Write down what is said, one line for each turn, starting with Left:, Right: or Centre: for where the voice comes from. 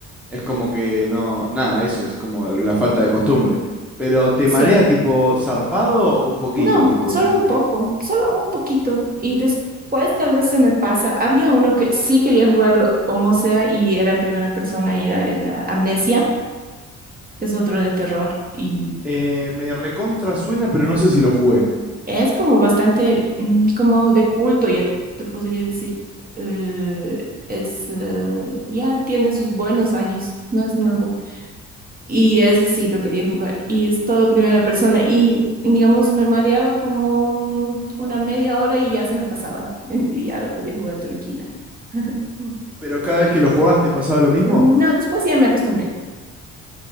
Centre: es como que no. Nada, eso es como la falta de costumbre. Pero ¿te
Right: Sí.
Centre: marea tipo zarpado o un poquito?
Right: No,
Centre: Tipo,
Right: solo
Centre: ¿te sentís?
Right: un poco, solo un poquito. Y después tal vez se me pasa. Había uno que sí quería jugarlo como sea y era en primera persona y era la Amnesia, que es otro de terror y...
Centre: Eh, me recontra suena, pero no sé
Right: bueno,
Centre: si lo jugué.
Right: Es como bastante mm, como de culto, ya te podría decir. eh, es eh, ya tiene sus buenos años, no es nuevo. Y ese sí lo quería jugar. Y es todo primera persona. Y digamos, me mareaba como una media hora y ya se me pasaba. <laughs> Y ya lo podía jugar tranquila. <laughs>
Centre: Pero cada vez que lo jugabas, ¿te pasaba lo mismo?
Right: No, después ya me acostumbré.